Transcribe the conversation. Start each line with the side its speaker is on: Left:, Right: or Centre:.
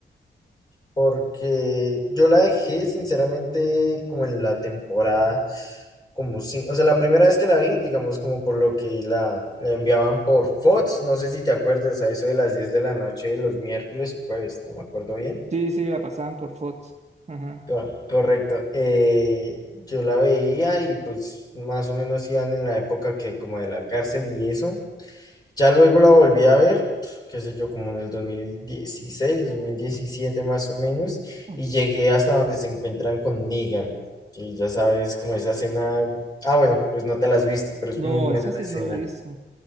Left: porque yo la dejé sinceramente como en la temporada, como si, o sea, la primera vez que la vi, digamos como por lo que la, la enviaban por Fox, no sé si te acuerdas a eso de las 10 de la noche de los miércoles o jueves, no me acuerdo bien.
Right: Sí, sí, la pasaban por Fox. Ajá.
Left: Co- Correcto. Eh, yo la veía y pues más o menos iban en la época que como de la cárcel y eso. Ya luego la volví a ver, qué sé yo, como en el 2016, 2017 más o menos,
Right: Ajá.
Left: y llegué hasta donde se encuentran con Negan, que ya sabes, como esa escena, ah, bueno, pues no te la has visto, pero es
Right: No,
Left: muy buena
Right: eso sí,
Left: la escena.
Right: no lo he visto.